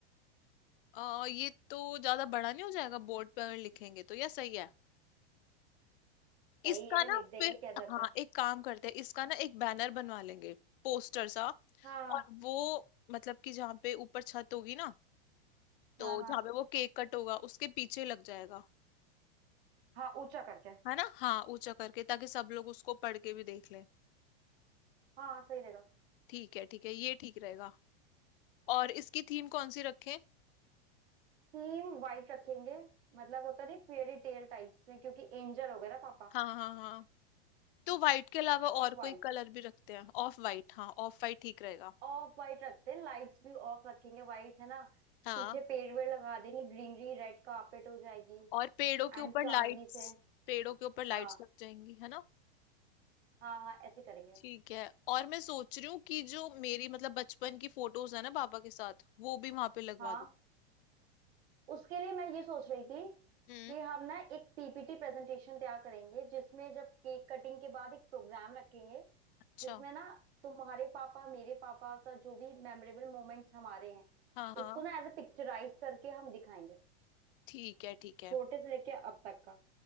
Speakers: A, on the left; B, on the right.
A: अ, ये तो ज्यादा बड़ा नहीं हो जाएगा बोर्ड पे अगर लिखेंगे तो यह सही है इसका
B: सही है
A: ना
B: लिख देंगे
A: फिर
B: क्या जाता
A: हाँ
B: है
A: एक काम करते हैं इसका ना एक बैनर बनवा लेंगे पोस्टर सा
B: हाँ
A: और वो मतलब कि जहाँ पे ऊपर छत होगी ना तो
B: हाँ हाँ
A: जहाँ पे वो केक कट होगा उसके पीछे लग जाएगा
B: हाँ ऊंचा करके
A: है ना हाँ ऊंचा करके ताकि सब लोग उसको पढ़ के भी देख लें
B: हाँ सही रहेगा
A: ठीक है ठीक है ये ठीक रहेगा और इसकी थीम कौन सी रखें
B: थीम वाइट रखेंगे मतलब होता नहीं फेयरी टेल टाइप्स में क्योंकि एंजल हो गए ना पापा
A: हाँ हाँ हाँ तो वाइट के अलावा
B: तो
A: और
B: वाइट
A: कोई कलर भी रखते हैं ऑफ वाइट हाँ ऑफ वाइट ठीक रहेगा
B: ऑफ वाइट रखते हैं लाइट्स भी ऑफ रखेंगे वाइट है ना
A: हाँ
B: पीछे पेड़ वेड़ लगा देंगे ग्रीनरी रेड कार्पेट हो जाएगी
A: और पेड़ों के
B: एंड
A: ऊपर
B: चांदनी
A: लाइट्स
B: से
A: पेड़ों के ऊपर लाइट्स
B: हाँ
A: लग जाएंगी है ना
B: हाँ हाँ ऐसे करेंगे
A: ठीक है और मैं सोच रही हूँ कि जो मेरी मतलब बचपन की फोटोज है ना पापा के साथ वो भी वहां पे लगवा
B: हाँ
A: दूँ
B: उसके लिए मैं ये सोच रही थी
A: हम्म
B: कि हम ना एक पीपीटी प्रेजेंटेशन तैयार करेंगे जिसमें जब केक कटिंग के बाद एक प्रोग्राम रखेंगे
A: अच्छा
B: जिसमें ना तुम्हारे पापा मेरे पापा का जो भी मेमोरेबल मोमेंट्स हमारे हैं
A: हाँ हाँ
B: उसको ना एज ए पिक्चराइज करके हम दिखाएंगे
A: ठीक है ठीक है
B: छोटे से लेके अब तक का